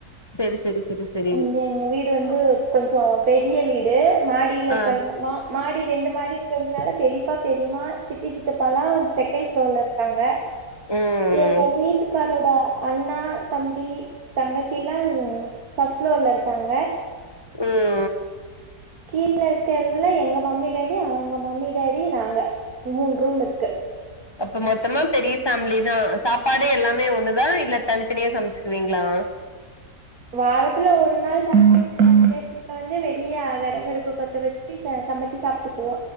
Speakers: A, on the left; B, on the right.
A: செரி செரி செரி செரி
B: இங்க எங்க வீடு வந்து கொஞ்சொ பெரிய வீடு மாடியில இருக்கிறது
A: ஆ
B: மா மாடி ரெண்டு மாடி இருக்குறதுனால பெரிப்பா பெரிம்மா சித்தி சித்தப்பால்லா செகண்ட் ப்ளோர்ல இருக்காங்க
A: ம்
B: எங்க வீட்டுக்காரோட அண்ணா தம்பி தங்கச்சிலா ம் ஃபர்ஸ்ட் ப்ளோர்ல இருக்காங்க
A: ம்
B: கீழ இருக்கறதுல எங்க மம்மி டேடி அவங்க மம்மி டேடி நாங்க மூணு ரூம் இருக்கு
A: அப்ப மொத்தமா பெரிய ஃபேமிலிதா சாப்பாடு எல்லாமே ஒண்ணுதா இல்ல தனி தனியா சமச்சுக்குவீங்ளா
B: வாரத்துல ஒரு நாள் சன்டே சாட்டர்டேஸ்ல வந்து வெளிய விறகடுப்பு பத்த வெச் சி சமச்சு சாப்ட்டுக்குவோ